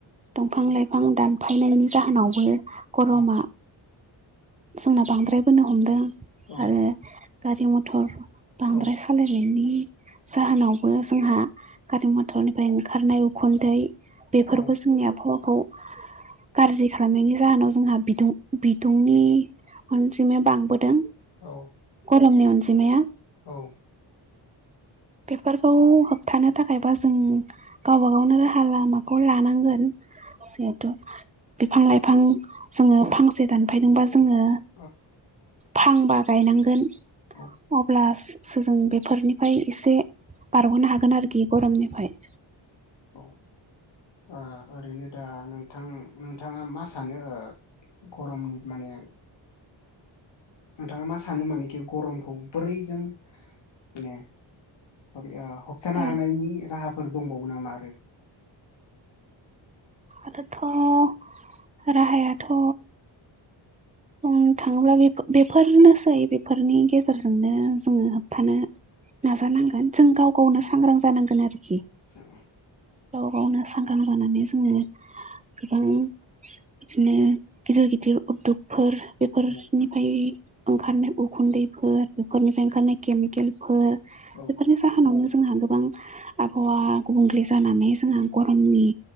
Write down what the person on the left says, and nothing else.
औ
औ
औ
औ
औ।
औ।
अ
औ।
औ ओ ओरैनो दा नोंथां नोंथाङा मा सानो गरमनि माने नोंथाङा मा सानो मानेखि गरमखौ बोरैजों माने <unintelligible> होबथानो
हानायनि राहाफोर दंबावो नामा आरो?
औ
औ
औ।